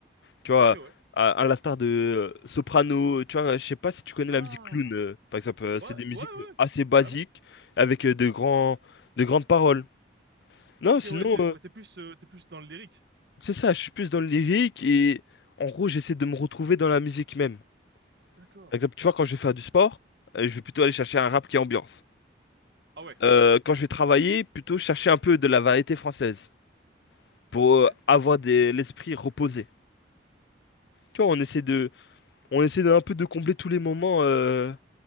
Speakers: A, on the left; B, on the right.
A: Tu vois,
B: Ok, ouais.
A: à, à l'instar de euh, Soprano. Tu vois, je sais pas si tu connais
B: Ah,
A: la musique clown, euh, par exemple. Euh, c'est
B: Ouais,
A: des musiques
B: ouais, ouais,
A: assez basiques
B: carrément.
A: avec euh, de grands, de grandes paroles. Non,
B: Ok,
A: sinon,
B: ouais, t'es
A: euh,
B: ouais, t'es plus, euh, t'es plus dans le lyrique.
A: c'est ça. Je suis plus dans le lyrique et en gros, j'essaie de me retrouver dans la musique même.
B: d'accord.
A: Par exemple, tu vois, quand je vais faire du sport, euh, je vais plutôt aller chercher un rap qui est ambiance.
B: Ah ouais,
A: Euh, quand je vais travailler, plutôt chercher un peu de la variété française. pour
B: ok.
A: euh, avoir des- l'esprit reposé. Tu vois, on essaie de, on essaie d'un peu de combler tous les moments, euh,